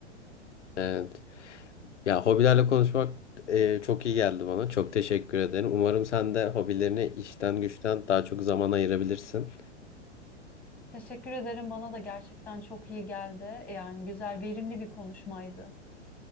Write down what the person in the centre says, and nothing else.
Teşekkür ederim. Bana da gerçekten çok iyi geldi. Yani güzel, verimli bir konuşmaydı.